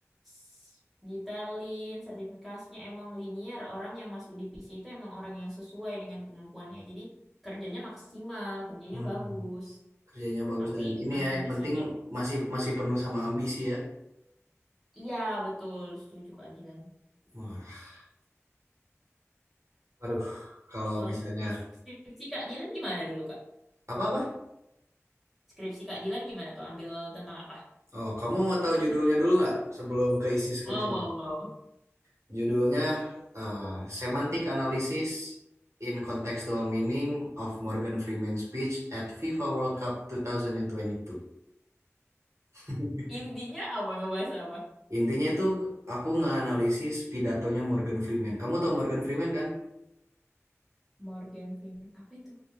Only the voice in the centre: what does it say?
s- detailin, sertifikasinya emang linear. Orang yang masuk divisi itu emang orang yang sesuai dengan kemampuannya. Jadi kerjanya maksimal, kerjanya
bagus.
Tapi
makin
ke
sini,
iya betul, setuju Kak Dilan.
Kalau
skripsi, skripsi Kak Dilan gimana dulu Kak?
Skripsi Kak Dilan gimana tuh? Ambil tentang apa?
Mau, mau, mau.
Intinya apa? Ngebahas apa?
Morgan Freeman apa itu?